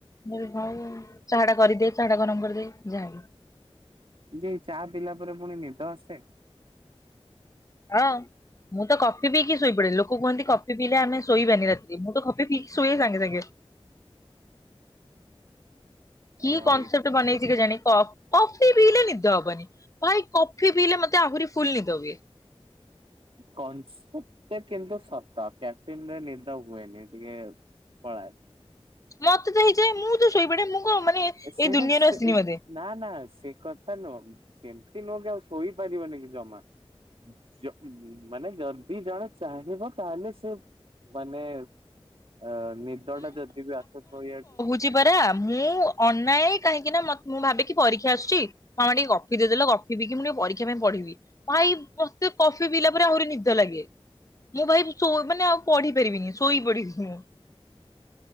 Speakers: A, on the left; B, on the right.
A: ମୁଁ କହିଲି ଉଉ ଚାହା ଟା କରିଦିଏ ଚାହା ଟା ଗରମ କରିଦେଇ ଯାଏ।
B: ଦେଇ ଚା ପିିଲା ପରେ ପୁଣି ନିଦ ଆସେ?
A: ହଁ ମୁଁ ତ କଫି ପିଇକି ଶୋଇପଡେ ଲୋକ କୁହନ୍ତି କଫି ପିଇଲେ ଆମେ ଶୋଇବାନି ରାତି। ମୁଁ ତ କଫି ପିଇକି ଶୁଏ ସାଙ୍ଗେ ସାଙ୍ଗେ। କି
B: ଓ ଭାଇ।
A: କନସେପ୍ଟ ବନେଇଛି କେଜାଣି କ କଫି ପିଇଲେ ନିଦ ହବନି। ଭାଈ କଫି ପିଇଲେ ମତେ ଆହୁରି ଫୁଲ ନିଦ ହୁଏ।
B: କନସେପଟା କିନ୍ତୁ ସତ କ୍ୟାପିଂରେ ନିଦ ହୁଏନି ଟିକେ ପଳାଏ
A: ମତେ ତ ହେଇଯାଏ ମୁଁ ତ ଶୋଇ ପଡେ ମୁଁ କଣ ମାନେ
B: ସେଇଟା
A: ଏଇ ଦୁନିଆରୁ
B: ସେ
A: ଆସିନି ବୋଧେ।
B: ନା ନା ସେ କଥା ନୁହଁ ସେମତି ନୁହଁ କି ଆଉ ଶୋଇପାରିବନି କି ଜମା। ଯ ମାନେ ଯଦି ଜଣେ ଚାହିଁବ ତାହେଲେ ସେ ମାନେ ଅ ନିଦଟା ଯଦି ବି ଆସେ ଶୋଇବାକୁ
A: ବୁଝୁଛି ପରା ମୁଁ ଅନାଏ କାହିଁକି ନା ମ ମୁଁ ଭାବେକି ପରୀକ୍ଷା ଆସୁଛି ମାମା ଟିକେ କଫି ଦେଇଦଲ କଫି ପିଇକି ମୁଁ ଟିକେ ପରୀକ୍ଷା ପାଇଁ ପଢିବି। ଭାଈ ମତେ କଫି ପିଇଲା ପରେ ଆହୁରି ନିଦ ଲାଗେ। ମୁଁ ଭାଈ ଶୋ ମାନେ ଆଉ ପଢି ପାରିବିନି ଶୋଇ ପଢି ମୁଁ।